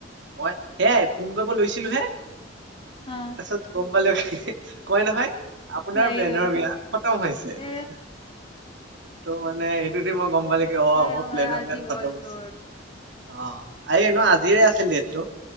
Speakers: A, on the right; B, on the left.
A: মই সেয়াই ফোন কৰিব লৈছিলো হে
B: অ'।
A: তাৰপাছত গম পালো ইহে কয় নহয়, আপোনাৰ
B: লাগি
A: প্লেনৰ
B: গ'ল
A: ম্যাদ খতম হৈছে। হাঁহাঁ,
B: এ
A: তো মানে নাই সেইটো দি মোক গম পালে কি অ
B: এ
A: মোৰ প্লেন
B: আজি
A: ইয়াত খতম
B: গ'ল
A: হৈছে।
B: তোৰ
A: অ এইনো আজিৰে আছিল ডেটটো।